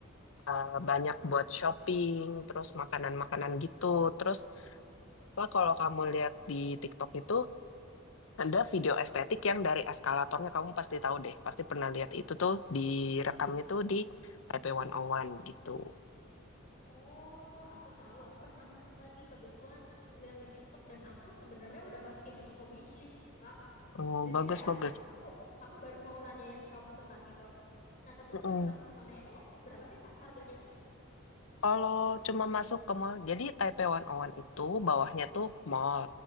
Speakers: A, on the left; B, on the left.
A: eh, banyak buat shopping, terus makanan-makanan gitu. Terus Pak, kalau kamu lihat di TikTok itu ada video estetik yang dari eskalatornya kamu pasti tahu deh, pasti pernah lihat itu tuh direkamnya tuh di Taipei 101 gitu.
B: Oh, aku tahu. Aku pernah lagi kebetulan lihat di TikTok dan aku sebenarnya udah masukin itu ke wishlist, Kak.
A: Oh,
B: Jadi
A: bagus
B: kayak
A: bagus.
B: aku aku baru mau nanyain kamu tentang itu. Nah, tapi
A: Mm-mm.
B: buat masuk ke sana itu berapa sih, Kak, harganya?
A: Kalau cuma masuk ke mall, jadi Taipei 101 itu bawahnya tuh mall.